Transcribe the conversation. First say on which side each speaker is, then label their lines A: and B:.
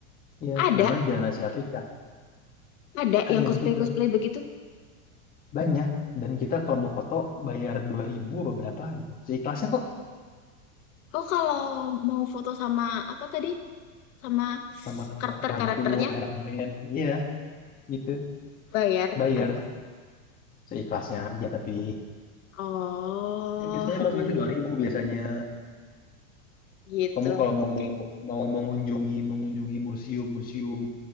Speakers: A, on the left; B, on the left.
A: Iya,
B: Ada,
A: namanya Jalan Asia Afrika.
B: ada yang
A: Ada
B: cosplay-cosplay
A: di situ.
B: begitu.
A: Banyak. Dan kita kalau mau foto bayar 2000 apa berapa gitu. Seikhlasnya kok
B: Oh, kalau mau foto sama apa tadi? Sama
A: sama
B: karakter-karakternya
A: hantu Iron Man. Iya, gitu.
B: Bayar.
A: Bayar
B: Aduh.
A: seikhlasnya aja tapi
B: Oh,
A: Kan biasanya orang
B: gi-
A: ngeliatnya 2000 biasanya.
B: gitu.
A: Kamu kalau
B: Oke.
A: mau mau mengunjungi mengunjungi museum-museum